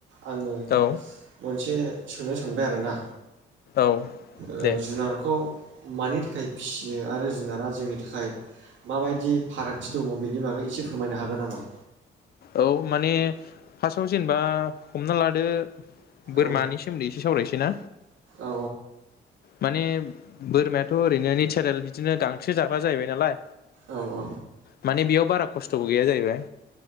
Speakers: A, on the right; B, on the left.
A: आंङो
B: औ
A: मोनसे सोनो सानबाय आरोना
B: औ
A: ओ
B: दे
A: जुनारखौ मानि थाखाय फिसियो आरो जुनारा जोंनि थाखाय माबायदि फारागथि दंङ बेनि बागै एसे फोरमायनो हागोन नामा
B: औ माने फार्स्टआव जेनेबा हमना लादो बोरमानि
A: औ
B: सोमोन्दै एसे सावरायसै ना
A: औ
B: माने बोरमायाथ' ओरैनो नेचारेल बिदिनो गांसो जाग्रा जाहैबाय नालाय
A: औ औ
B: माने बेयाव बारा खस्थबो गैया जाहैबाय